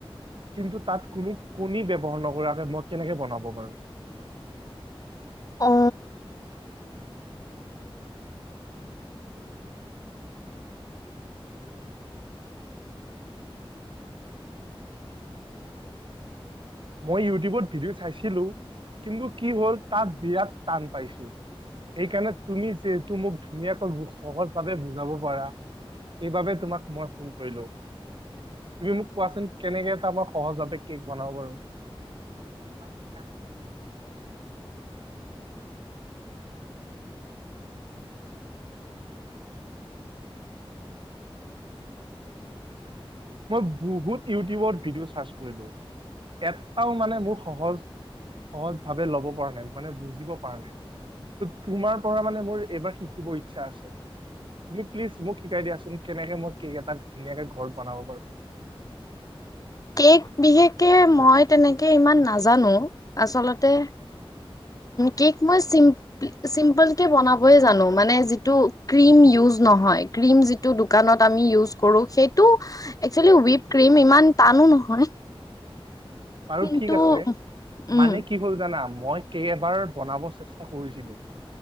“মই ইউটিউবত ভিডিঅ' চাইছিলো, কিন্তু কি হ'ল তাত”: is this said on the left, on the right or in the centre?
Right